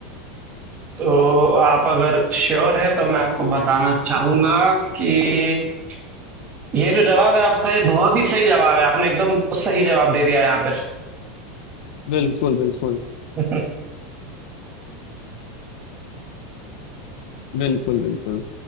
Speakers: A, on the right (about 35°); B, on the left (about 65°).
A: तो आप अगर श्योर है तो मैं आपको बताना चाहूंगा कि ये जो जवाब है आपका ये बहुत ही सही जवाब है आपने एकदम सही जवाब दे दिया है यहाँ
B: बिल्कुल बिल्कुल
A: पर
B: बिल्कुल बिल्कुल